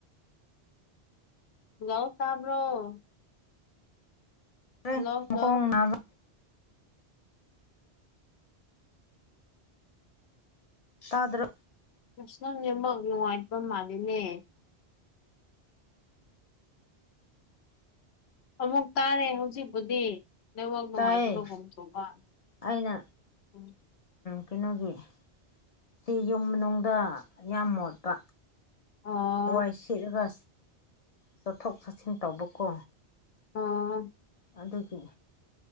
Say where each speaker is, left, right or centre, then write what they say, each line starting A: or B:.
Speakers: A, on the left (about 70°); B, on the left (about 50°).
A: ꯍꯜꯂꯣ ꯇꯥꯕ꯭ꯔꯣ
B: ꯃꯈ
A: ꯍꯜꯂꯣ ꯍꯜꯂꯣ
B: ꯃꯈꯣꯡ ꯅꯥꯕ ꯇꯥꯗꯔ
A: ꯀꯁꯅꯅꯤꯃꯒꯅꯤ ꯋꯥꯠꯄꯝ ꯃꯥꯅꯦ ꯑꯃꯨꯛ ꯇꯥꯔꯦ ꯍꯧꯖꯤꯛꯄꯨꯗꯤ ꯅꯃꯛ ꯅꯨꯡꯉꯥꯏꯇꯕ
B: ꯇꯥꯏꯌꯦ
A: ꯍꯣꯡꯊꯣꯛꯕ
B: ꯑꯩꯅ
A: ꯎꯝ
B: ꯀꯩꯅꯣꯒꯤ ꯁꯤ ꯌꯨꯝ ꯃꯅꯨꯡꯗ ꯌꯥꯝ ꯃꯣꯠꯄ
A: ꯑꯣ
B: ꯋꯥꯏ ꯁꯦꯠꯂꯒ ꯆꯠꯊꯣꯛ ꯆꯠꯁꯤꯟ ꯇꯧꯕ ꯀꯣ
A: ꯑꯣ
B: ꯑꯗꯨꯒꯤ